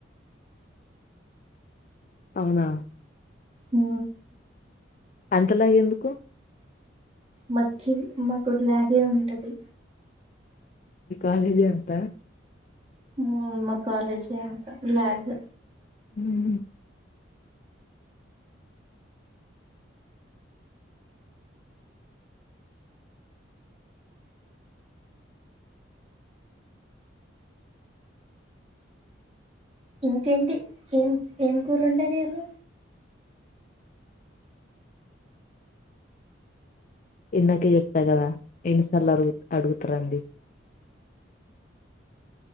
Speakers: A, on the left; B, on the right.
A: అవునా
B: ఉ
A: అంత లాగ్ ఎందుకు
B: మకిి మాకు లాగే ఉంటది
A: మి కాలేజి అంత
B: ఉ మా కాలేజీ అంత లాగ్
A: హుమ్మ్
B: ఇంకేంటి ఏం ఏం కూర వండారు ఇయాళ
A: ఇందాకే చెప్ప కదా ఎన్నిసార్లు అడుగు అడుగుతారండి